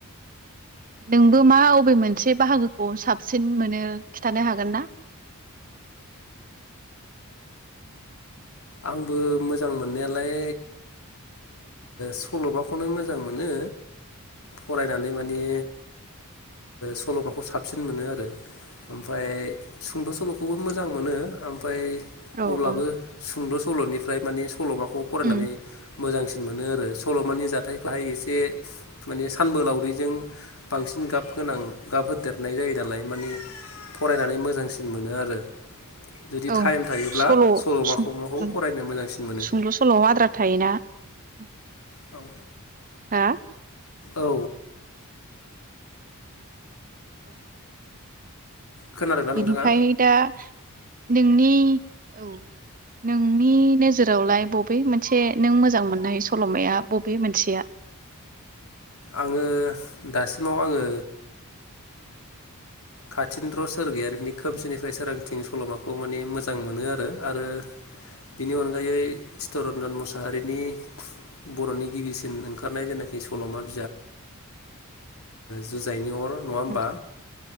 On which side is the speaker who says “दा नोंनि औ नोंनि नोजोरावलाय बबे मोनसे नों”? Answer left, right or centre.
Right